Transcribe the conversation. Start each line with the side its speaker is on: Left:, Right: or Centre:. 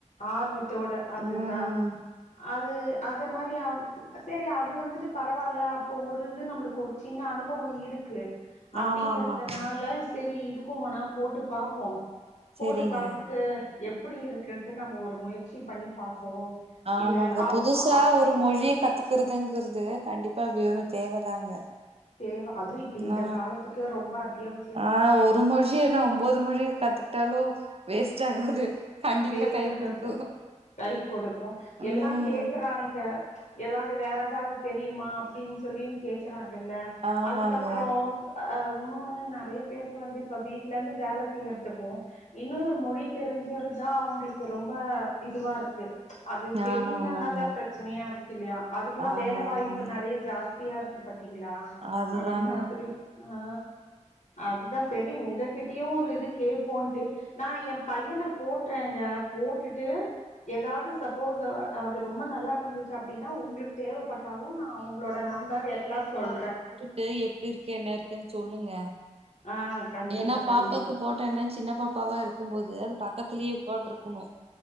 Left: ஆர்வத்தோட அதுதா
Right: ம்.
Left: அ ம் அத மாரி ஆ சரி அது வந்துட்டு பரவால்ல அப்ப ஒரு இது நம்பொள்க்கு ஒரு சின்ன அனுபவ இருக் கு அப்டிங்கறதுனால
Right: ஆமா, ஆமாங்க.
Left: செரி இதுக்கு வானா போட்டு பாப்போ போட்டு
Right: சரிங்க.
Left: பாத்துட்டு எப்பிடி இருக்குன்ட்டு நம்ம ஒரு முயற்சி பண்ணி பாப்போ
Right: ஆமாங்க
Left: இது அவ்
Right: புதுசா
Left: அ
Right: ஒரு மொழிய கத்துக்கறதுங்கறது கண்டிப்பா வேணு தேவதாங்க
Left: தேவ அதும் இப்ப இந்த
Right: ஆ.
Left: காலத்துக்கு ரொம்ப அத்தியாவ
Right: ஆ ஒரு மொழி என்னா ஒம்போது மொழிய கத்துக்குட்டாலு வேஸ்ட் ஆகாது கண்டிப்பா
Left: வேஸ்ட்
Right: கை
Left: ஆகாது
Right: குடுக்கும்.
Left: கை கொடுக்கூ
Right: ம்
Left: எல்லா கேக்குறாங்க எதாவ்து வேற எதாவ்து தெரியுமா அப்டின்னு சொல்லியு கேக்குறாங்கல்ல
Right: ஆமாங்க
Left: அதுக்கப்புறோ அ இன்னொன்னு நெறைய பேருக்கு வந்து இப்ப வீட்டுல இருந்து வேல செய்யுறதுக்கு இன்னொரு மொழி தெரிஞ்சிருந்தா அவங்களுக்கு ரொம்ப இதுவா இருக்கு அது தெரியிலன்னா
Right: ஆமா ஆமாங்க
Left: தா ப்ர ச்சனையா இருக்கு இல்லையா அதுக்குலா
Right: ஆமா
Left: வேலை வாய்ப்பு
Right: ஆமாங்க
Left: நெறைய ஜாஸ்தியா இருக்கு பாத்தீங்களா
Right: அதுதாங்க
Left: அன மாதிரி ஆ அதுதா சரி ஒங்ககிட்டயு ஒரு இது கேப்போன்ட்டு நா ஏ பையன போட்றேங்க போட்டுட்டு ஏதாது சப்போஸ அது ரொம்ப நல்லா இருந்துச்சு அப்டின்னா உங்களு தேவப்பட்டாலு நா அவங்களோட நம்பர் எல்லா சொல்ற
Right: ட்டு எப்டி இருக்கு என்ன இருக்குன் சொல்லுங்க
Left: ஆ கண்டிப்பா
Right: ஏனா பாப்பாக்கு
Left: கண்டிப்பா
Right: போட் ட்டன்னா சின்ன பாப்பாவா இருக்கும்போது அது பக்கத்துலயே உக்காந்து இருக்கணு